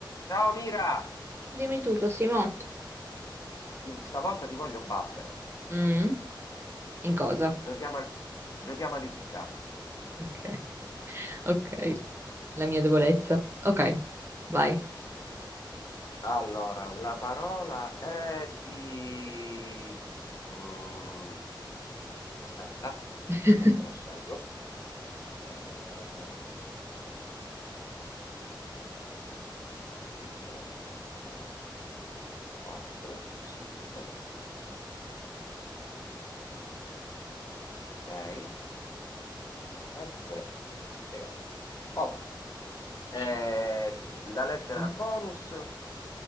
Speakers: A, on the left; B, on the right.
A: Ciao Mira,
B: Dimmi tutto, Simo.
A: Ti- stavolta ti voglio battere.
B: Mm? In cosa?
A: Giochiamo, al... Giochiamo all'impiccato.
B: Ok, ok. La mia debolezza. Ok, vai.
A: Allora, la parola è di... Mm, aspetta,
B: <laughs>
A: quanto la scelgo? Eh, 2, 3, 4, 5, 6, 7 e 8. 8. Eh,
B: Cinque.
A: la lettera
B: Quale
A: bonus